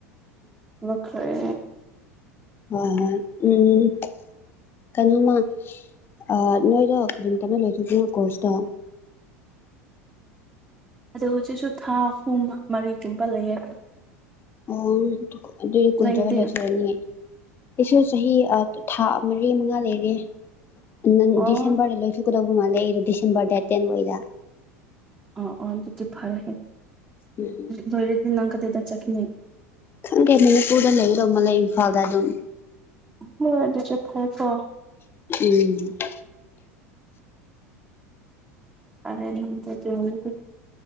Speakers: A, on the right; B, on the left.
A: ꯂꯧꯈ꯭ꯔꯦ
B: ꯍꯣꯢ ꯍꯣꯢ ꯎꯝ ꯀꯩꯅꯣꯃ ꯑꯥ ꯅꯣꯏꯗꯣ ꯀꯔꯤ ꯃꯇꯝꯗ ꯂꯣꯢꯗꯨꯢꯅꯣ ꯀꯣꯔꯁꯇꯣ
A: ꯑꯗꯣ ꯍꯧꯖꯤꯛꯁꯨ ꯊꯥ ꯑꯍꯨꯝ ꯃꯔꯤꯒꯨꯝꯕ ꯂꯩꯌꯦ
B: ꯑꯣ ꯑꯗꯨꯗꯤ ꯀꯨꯏꯗꯅ
A: ꯅꯪꯒꯤꯗꯤ
B: ꯂꯣꯏꯁꯥꯜꯂꯅꯤ
A: ꯑꯣ
B: ꯑꯩꯁꯨ ꯆꯍꯤ ꯑꯥ ꯊꯥ ꯃꯔꯤ ꯃꯉꯥ ꯂꯩꯔꯤ ꯅꯪ
A: ꯑꯣ
B: ꯗꯤꯁꯦꯝꯕꯔꯗ ꯂꯣꯏ ꯀ ꯗꯧ ꯃꯥꯜꯂꯦ ꯑꯩꯗꯤ ꯗꯤꯁꯦꯝꯕꯔ ꯗꯦꯠ ꯇꯦꯟ ꯋꯥꯢꯗ
A: ꯑꯣ ꯑꯣ ꯑꯗꯨꯗꯤ ꯐꯔꯦ
B: ꯎꯝ
A: ꯂꯣꯢꯔꯗꯤ ꯅꯪ ꯀꯗꯥꯢꯗ ꯆꯠꯒꯅꯤ
B: ꯈꯪꯗꯦ ꯃꯅꯤꯄꯨꯔꯗ ꯂꯩꯒꯗꯧ ꯃꯜꯂꯦ ꯏꯝꯐꯥꯜꯗ ꯑꯗꯨꯝ
A: ꯍꯣꯢ ꯑꯗꯨꯁꯨ ꯐꯩꯒꯣ
B: <unintelligible>
A: ꯐꯥꯔꯦ ꯅꯪ ꯆꯠꯆꯍꯧꯔꯤꯗꯨ